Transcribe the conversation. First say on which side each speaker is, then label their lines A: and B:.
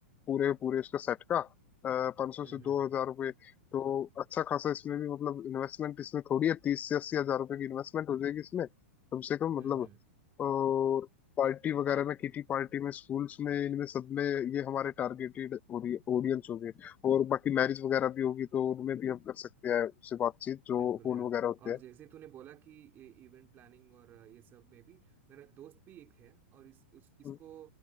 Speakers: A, on the left; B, on the right.
A: पूरे पूरे इसका सेट का पाँच सौ
B: हम्म
A: से
B: हम्म
A: दो हजार
B: हम्म
A: रुपये तो अच्छा खासा इसमें भी मतलब इन्वेस्टमेंट इसमें थोड़ी है तीस से अस्सी हजार रुपये की इन्वेस्टमेंट हो जाएगी इसमें कम से कम
B: हम्म,
A: मतलब
B: हम्म।
A: और पार्टी वगैरह में किटी पार्टी में स्कूल्स में इनमें सब में ये हमारे टारगेटेड ऑडियंस हो गए और बाकी मैरिज वगैरह भी होगी तो उनमें भी हम कर सकते हैं उससे बातचीत जो
B: बिल्कुल
A: फोन
B: यार
A: वगैरह होते
B: और
A: हैं
B: जैसे तूने बोला कि ये इवेंट प्लानिंग और ये सब में भी मेरा दोस्त भी एक है और इस उस, इसको
A: हम्म,